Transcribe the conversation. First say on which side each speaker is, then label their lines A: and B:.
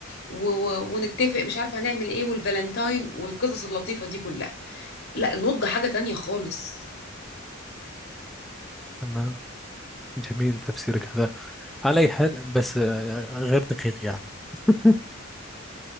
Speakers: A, on the left; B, in the centre.
A: و... و... ونتفق مش عارفة هنعمل إيه والفالنتاين والقصص اللطيفة دي كلها لا النضج حاجة تانية خالص
B: تمام جميل تفسيرك هذا على أي حال بس آه، غير دقيق يعني <laughs>